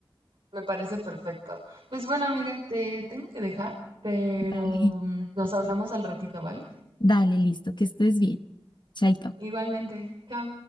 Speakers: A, on the right; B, on the left.
A: Me parece perfecto. Pues bueno, amiga, te tengo que dejar, pero
B: Dale,
A: mm, nos hablamos al ratito, ¿vale?
B: dale, listo, que estés bien. Chaito.
A: Igualmente. Chao.